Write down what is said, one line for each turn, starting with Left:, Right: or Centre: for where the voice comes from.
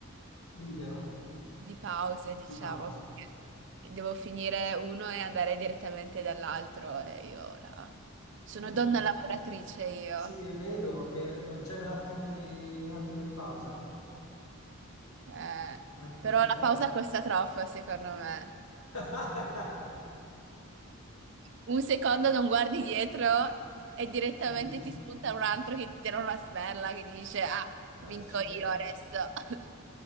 Left: libero,
Right: di pausa, diciamo,
Left: di pausa.
Right: perché devo finire uno e andare direttamente dall'altro e io la- sono
Left: Eh,
Right: donna lavoratrice io.
Left: sì, vedo che non c'è un attimo di, un attimo di pausa,
Right: Eh,
Left: eh,
Right: però
Left: purtroppo.
Right: la pausa costa troppo, secondo me.
Left: <laughs>
Right: Un secondo non guardi dietro e direttamente
Left: Boom,
Right: ti spunta un altro che ti tira una sberla che dice: Ah,
Left: accidenti.
Right: vinco io adesso. <laughs>